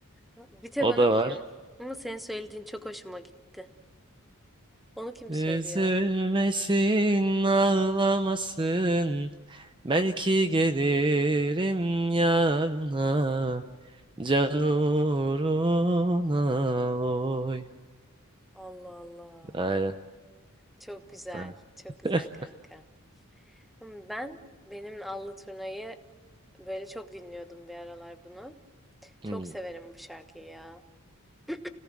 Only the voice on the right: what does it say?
O
da
var.
Üzülmesin,
ağlamasın. Belki gelirim yarına. Can uğruna oy.
Aynen.
Aynen.
<laughs>
Hmm.